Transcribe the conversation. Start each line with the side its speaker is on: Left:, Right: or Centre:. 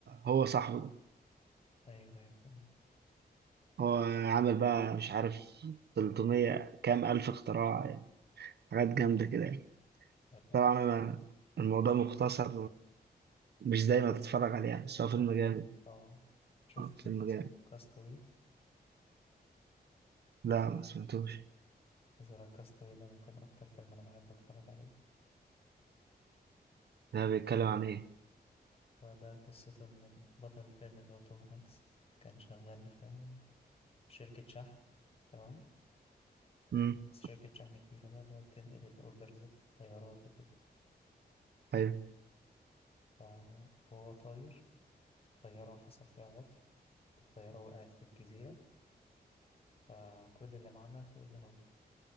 Right: هو صاحبه ده
Left: ايوه ايوه فاهم
Right: هو عامل بقى مش عارف 300 كام ألف اختراع يعني حاجات جامدة كده يعني.
Left: طبعا
Right: طبعا الموضوع مختصر مش دايما تتفرج عليه يعني
Left: اكيد
Right: بس هو فيلم
Left: طبعا
Right: جامد
Left: طبعا شفت
Right: اه
Left: فيلم
Right: فيلم
Left: اسمه
Right: جامد
Left: كاستاوي
Right: لا ما سمعتوش
Left: زرا كاستاوي ده ممكن اكتر فيلم انا بحب اتفرج عليه
Right: ده بيتكلم عن ايه؟
Left: وده قصته ان بطل الفيلم اللي هو توم هانكس كان شغال في شركة شحن تمام
Right: امم
Left: بس شركة شحن كبيرة بقى اللي هو بتنقل الاوردرز بطيارات وكده
Right: ايوه
Left: ف- وهو طاير طيارة حصل فيها عطل والطيارة وقعت في الجزيرة فكل اللي معاه ماتوا إلا هو